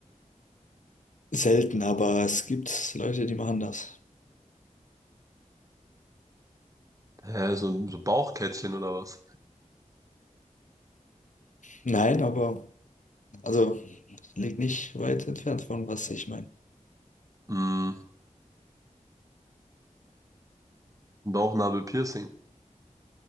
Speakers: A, on the left; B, on the right.
A: selten, aber es gibt Leute, die machen das.
B: Hä, so, so Bauchkettchen oder was?
A: Nein, aber also liegt nicht weit entfernt von was ich meine.
B: Hm, Bauchnabel-Piercing.